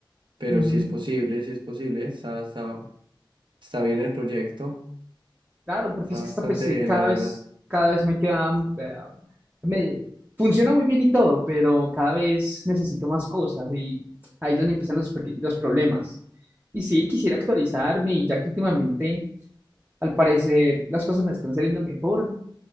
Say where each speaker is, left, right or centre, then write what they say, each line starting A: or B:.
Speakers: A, on the right (about 65°); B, on the right (about 20°).
A: Pero
B: Ujú.
A: si es posible, si es posible, está, está- está bien el proyecto,
B: Claro, porque
A: está
B: es
A: bastante
B: que esta PC
A: bien,
B: cada
A: la verdad.
B: vez, cada vez me queda, eh, me, funciona muy bien y todo, pero cada vez necesito más cosas y ahí es donde empiezan los, peque- los problemas. Y sí, quisiera actualizarme y ya que últimamente Al parecer, las cosas me están saliendo mejor.